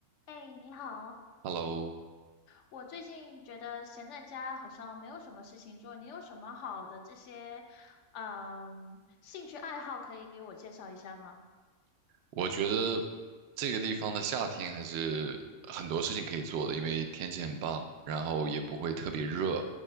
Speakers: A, on the left; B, on the right.
A: 哎，你好，
B: Hello，
A: 我最近觉得闲在家好像没有什么事情做，你有什么好的这些，嗯，兴趣爱好可以给我介绍一下吗？
B: 我觉得这个地方的夏天还是很多事情可以做的，因为天气很棒，然后也不会特别热，